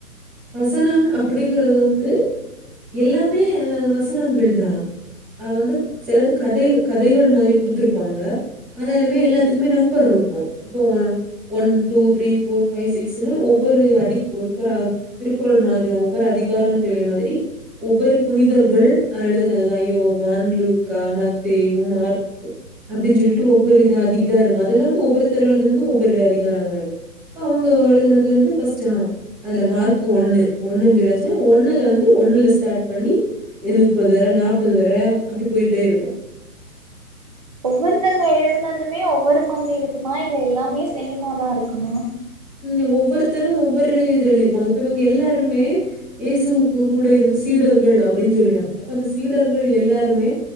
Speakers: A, in the centre; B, on the right.
A: வசனம் அப்படிங்கறது வந்து எல்லாமே வசனங்கள் தான் அ வந்து சிலது கதை கதைகள் மாதிரி குடுத்துருப்பாங்க அதனாலுமே எல்லாத்துக்குமே நம்பர் இருக்கு இப்ப one two three four five six ஒவ்வொரு அதி ஒருக்கொரு அ திருக்குறள் மாதிதா ஒவ்வொரு அதிகாரம்னு சொல்லிய மாதிரி ஒவ்வொரு புனிதர்கள் அ எழுதுனதுதா யோவான் லூகா மத்தேயு மார் அப்டின்னு சொல்லிட்டு ஒவ்வொரு இது அதிக இதா இருக்கு அதெல்லா வந்து ஒவ்வொருத்தர் எழுதுனது இருந்து ஒவ்வொரு அதிகாரமா இருக் அவங்கவுங்க எழுதுனதுல இருந்து ஃபர்ஸ்ட் அதுல மார்க் கு ஒண்ணு ஒண்ணுன்னு சொல்லியாச்சுன்னா ஒண்ணுல வந்து ஒண்ணுல ஸ்டார்ட் பண்ணி ஏ முப்பது வேற நாற்பது வேற அப்டி போயிட்டே இருக்கு
B: <inaudible> ஒவ்வொருத்தவங்க எழுதினதுமே ஒவ்வொரு மாதிரி இருக்குமா இல்ல எல்லாமே சேமாதா இருக்குமா
A: ம் ஒவ்வொருத்தரு ஒவ்வொரு இது எழுதிருப்பாங்க இப்ப இவங்க எல்லாருமே இயேசுவுக்கு கூட இருந்து சீடர்கள் அப்படின்னு சொல்லாங்க அப்ப அந்த சீடர்கள் எல்லாருமே